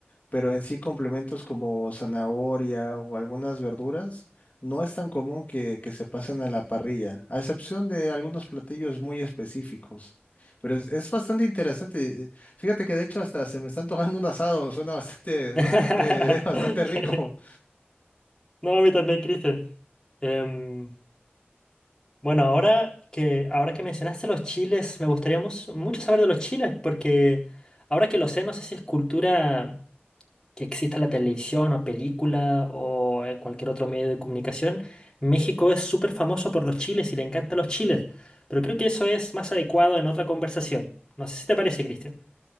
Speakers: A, on the left; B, on the left.
A: pero en sí complementos como zanahoria o algunas verduras no es tan común que, que se pasen a la parrilla, a excepción de algunos platillos muy específicos. Pero es, es bastante interesante. eh, Fíjate que de hecho hasta se me está antojando un asado, suena bastante,
B: <laughs>
A: bastante, <laughs> bastante rico.
B: No, a mí también, Cristian. Em, bueno, ahora que, ahora que mencionaste los chiles, me gustaría mus- mucho saber de los chiles, porque ahora que lo sé, no sé si es cultura que exista en la televisión o película o en cualquier otro medio de comunicación. México es súper famoso por los chiles y le encantan los chiles, pero creo que eso es más adecuado en otra conversación. No sé si te parece, Cristian.